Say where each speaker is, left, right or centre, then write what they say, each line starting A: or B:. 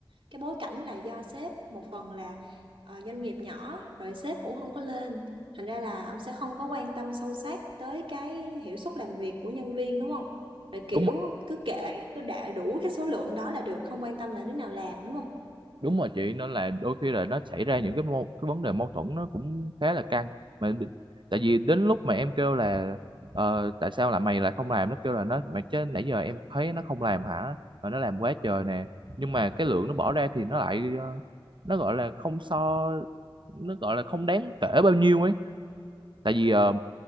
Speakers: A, on the right; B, on the right.
A: cái bối cảnh là do sếp một phần là ờ, doanh nghiệp nhỏ rồi sếp cũng không có lên thành ra là ông sẽ không có quan tâm sâu sát tới cái hiệu suất làm việc của nhân viên đúng không rồi kiểu
B: đúng
A: cứ kệ cứ đạt đủ cái số lượng đó là được không quan tâm là đứa nào làm đúng không
B: đúng rồi chị nên là đôi khi là nó xảy ra những cái mâu, cái vấn đề mâu thuẫn nó cũng khá là căng mà đ- tại vì đến lúc mà em kêu là ờ, tại sao là mày lại không làm nó kêu là nó mà chứ nãy giờ em thấy nó không làm hả mà nó làm quá trời nè nhưng mà cái lượng nó bỏ ra thì nó lại ờ, nó gọi là không so nó gọi là không đáng kể bao nhiêu ấy tại vì ờ,